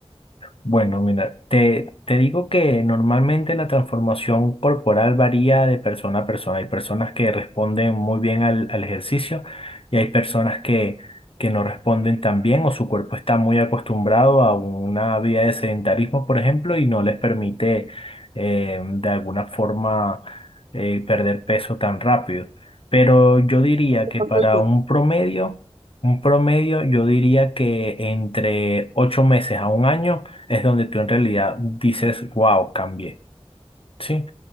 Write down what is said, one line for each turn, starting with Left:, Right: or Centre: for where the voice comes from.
Left: Bueno, mira, te, te digo que normalmente la transformación corporal varía de persona a persona. Hay personas que responden muy bien al, al ejercicio y hay personas que, que no responden tan bien o su cuerpo está muy acostumbrado a una vida de sedentarismo, por ejemplo, y no les permite eh, de alguna forma eh, perder peso tan rápido. Pero yo diría
Right: Esa
Left: que para
Right: soy yo.
Left: un promedio, un promedio, yo diría que entre ocho meses a un año, es donde tú en realidad dices, wow, cambié, ¿sí?